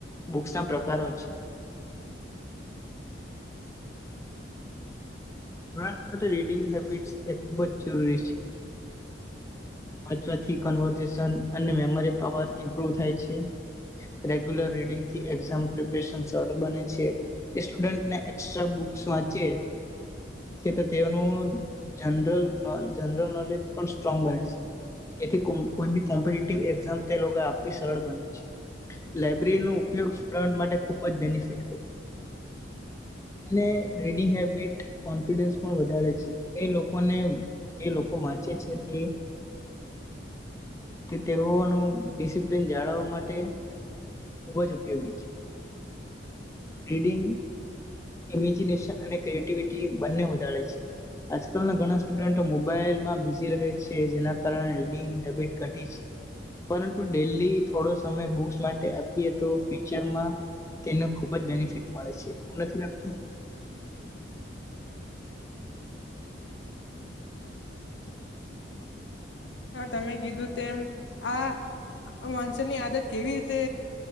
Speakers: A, on the left; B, on the left.
A: બુક્સ ના પ્રકારો છે. સ્ટુડન્ટ સાથે રીડિંગ હેબિટસ એ ખૂબ જરૂરરી છે. વાંચવાથી કન્વર્ઝેશન અને મેમરી પાવર ઇમ્પ્રુવ થાય છે રેગ્યુલર રીડિંગથી એક્ઝામ પ્રિપરેશન સરળ બને છે તે સ્ટુડન્ટને એક્સ્ટ્રા બુક્સ વાંચે છે તો તેઓનું જનરલ જનરલ નોલેજ પણ સ્ટ્રોંગ બને છે જેથી કોમેન્ટેટર એક્સામ તે લોકોએ આપવી સરળ બને છે, લબ્રેરીનો ઉપયોગ સ્ટુડ માટે ખૂબ જ બેનફિટ હોય અને રેડિંગ હબિટ, કોન્ફિડન્સ પણ વધારે છે જે લોકોને જે લોકો વાંચે છે તે. તે તેઓનું ડિસિપ્લિન જાળવવા માટે ખૂબ જ ઉપયોગી છે રીડિંગ ઇમેજિનેશન અને ક્રિએટિવિટી બંને વધારે છે, આજકાલના ઘણા સ્ટુડન્ટ મોબાઈલમાં બિઝી રહે છે જેના. કારણે રીડિંગ હેબિટ ઘટી છે, પરંતુ ડેલી થોડો સમય બસ માટે આપીએ તો ફ્યુચર તેને ખુબ જ બેનફિટ મળે છે એવું નથી લાગતું.
B: હા તમે કીધું તેમ આ વાંચનની આદત કેવી રીતે